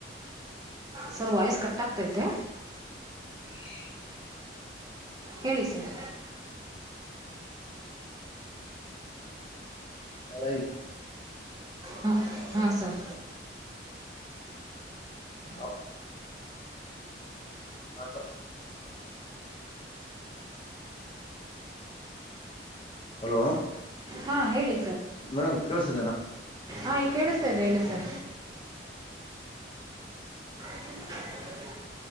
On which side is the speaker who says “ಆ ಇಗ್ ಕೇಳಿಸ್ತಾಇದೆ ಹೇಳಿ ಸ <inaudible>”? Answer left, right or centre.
Right